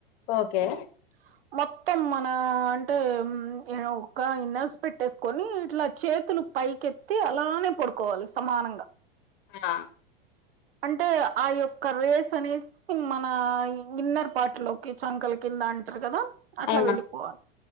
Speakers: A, on the left (about 50°); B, on the right (about 80°).
A: ఓకే
B: <inaudible> మొత్తం మనా అంటే ఉమ్ ఒక ఇన్నస్ పెట్టేస్కొనీ ఇట్లా చేతులు పైకెత్తి అలానే పడుకోవాలి సమానంగా
A: ఆ
B: అంటే ఆ యొక్క రేస్ అని మన ఇన్నర్ పార్ట్ లోకి చంకల కింద అంటారు కదా అట్లా
A: ఆ
B: వెళ్ళిపోవాలి